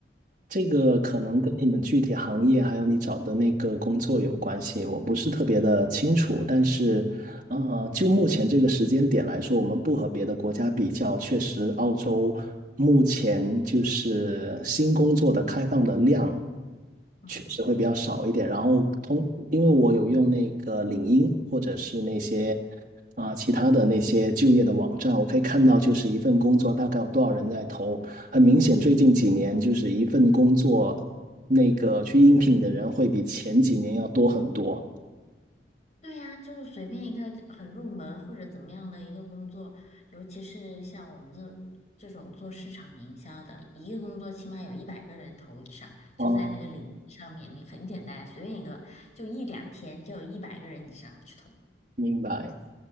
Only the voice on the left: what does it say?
嗯。
对呀，就是随便一个很入门或者怎么样的一个工作，尤其是像我们这这种做市场营销的，一个工作起码有一百个人投以上，就在那个领域上面，
你很简单，随便一个，就一两天就有一百个人以上去投。